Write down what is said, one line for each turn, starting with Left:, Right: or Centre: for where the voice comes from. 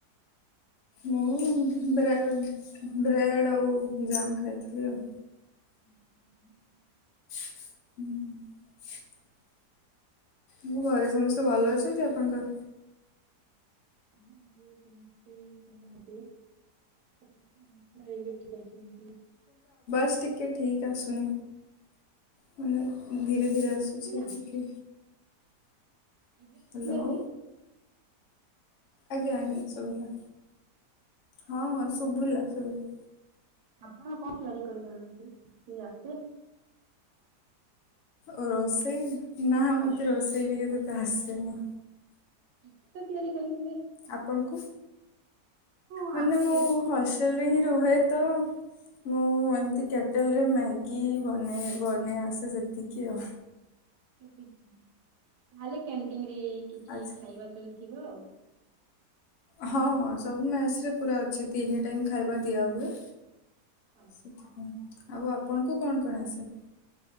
Left: ମୁଁ ବ୍ରେ ବ୍ରେଡ଼୍ ଆଉ ଜାମ୍ ଖାଇଥିଲି ଆଉ।
Right: <unintelligible>
Left: ହୁଁ। ମୋ ଘରେ ସମସ୍ତେ ଭଲ ଅଛନ୍ତି ଆପଣଙ୍କର?
Right: ହଁ ଘରେ ସମସ୍ତେ <unintelligible> ଭାଇ ବେଠି କରୁଚନ୍ତି।
Left: ବସ୍ ଟିକେ ଠିକ୍ ଆସୁନି ମାନେ ଧୀରେ ଧୀରେ
Right: ଏବେ
Left: ଆସୁଛି
Right: ଶୁଭିଲା
Left: ଟିକେ
Right: ଏବେ ଶୁଭିଲା
Left: ହାଲୋ।
Right: କି
Left: ଆଜ୍ଞା
Right: ହ୍ୟାଲୋ।
Left: ଆଜ୍ଞା ସୁବିଲା ହଁ ହଁ ଶୁଭିଲା ଶୁଭିଲା।
Right: ଆପଣ କଣ ତିଆରି କରି ଜାଣନ୍ତି? କି ଆସେ?
Left: ଓ ରୋଷେଇ ନା
Right: ହଁ
Left: ମୋତେ ରୋଷେଇ ଟିକେ ସେତେ ଆସେନି।
Right: ରୁଟି ତିଆରି କରିଥିବେ?
Left: ଆପଣଙ୍କୁ
Right: ହଁ
Left: ମାନେ
Right: ଆସେ
Left: ମୁଁ ହ ଷ୍ଟେଲ ହିଁ ରୁହେ ତ ମୁଁ ଏମିତି କେଟଲରେ ମ୍ୟାଗି ବନେଇ ବନେଇ ଆସେ ସେତିକି ଆଉ।
Right: ତାହେଲେ କ୍ୟାଣ୍ଟିନ ରେ କିଛି
Left: ଆଚ୍ଛା।
Right: ଖାଇବା ସବୁ ଥିବ ଆଉ।
Left: ହଁ ହଁ ସବୁ ମେସ ରେ ପୁରା ଅଛି। ତିନି ଟାଇମ୍ ଖାଇବା
Right: ଓହୋ
Left: ଦିଆ ହୁଏ
Right: ହଁ
Left: ସେଥିପାଇଁ ଆଉ ଆପଣଙ୍କୁ କଣ କଣ ଆସେ?